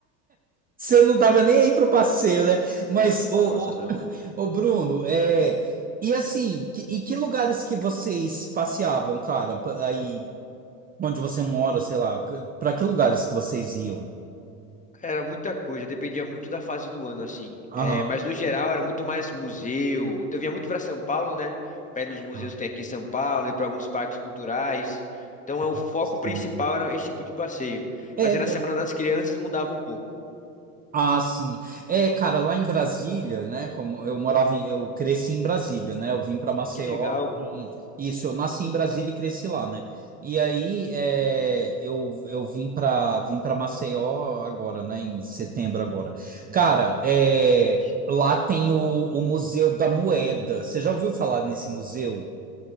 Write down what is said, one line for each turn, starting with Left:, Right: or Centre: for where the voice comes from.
Right: Você não tava nem aí pro passeio, né? Mas, ô,
Left: Nossa,
Right: ô,
Left: não.
Right: ô, Bruno, é... E assim, que- e que lugares que vocês passeavam, cara? Pa- Aí, onde você mora, sei lá. c- Pra que lugares que vocês iam?
Left: Era muita coisa, dependia muito da fase do ano, assim.
Right: Aham.
Left: É, mas no geral era muito mais museu. Então eu vinha muito para São Paulo, né? Para ir nos museus
Right: Ah,
Left: que tem aqui em São Paulo, e para alguns parques culturais. Então
Right: tá,
Left: é, o foco
Right: sim.
Left: principal era esse tipo de passeio.
Right: É,
Left: Mas aí na Semana das Crianças mudava um pouco.
Right: Ah, sim. É, cara, lá em Brasília, né? Como eu morava em, eu cresci em Brasília, né? Eu vim para Maceió.
Left: Que legal,
Right: e- isso, eu nasci em Brasília e cresci lá, né? E aí é, eu, eu vim para vim para Maceió agora, né? Em setembro agora. Cara, é,
Left: Vicente.
Right: lá tem o, o Museu da Moeda. Você já ouviu falar nesse museu?